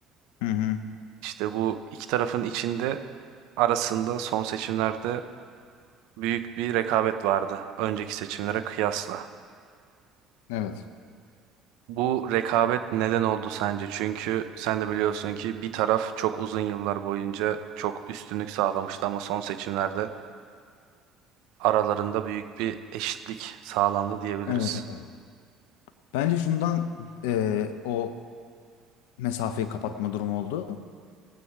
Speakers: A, on the left; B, on the right.
A: Hı hı.
B: İşte bu iki tarafın içinde arasında son seçimlerde büyük bir rekabet vardı. Önceki seçimlere kıyasla.
A: Evet.
B: Bu rekabet neden oldu sence? Çünkü sen de biliyorsun ki bir taraf çok uzun yıllar boyunca çok üstünlük sağlamıştı ama son seçimlerde aralarında büyük bir eşitlik sağlandı diyebiliriz.
A: Evet abi. Bence şundan e, o mesafeyi kapatma durumu oldu.